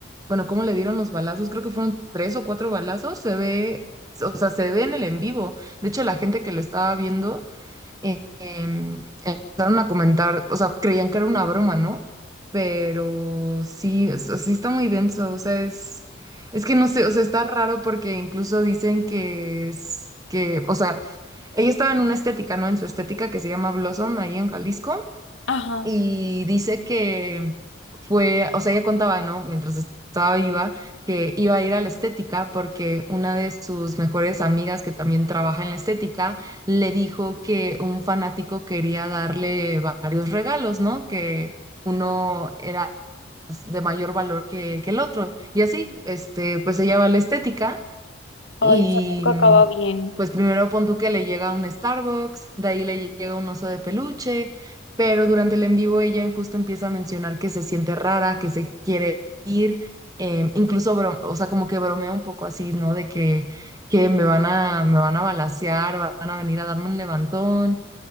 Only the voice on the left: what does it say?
Ajá.
Ay,
eso nunca
acaba bien.